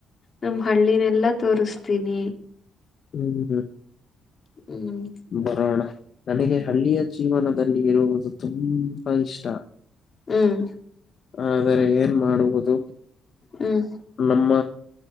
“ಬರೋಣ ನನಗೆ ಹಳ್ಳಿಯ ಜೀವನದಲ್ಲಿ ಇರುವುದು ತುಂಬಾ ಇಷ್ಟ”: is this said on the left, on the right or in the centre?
Left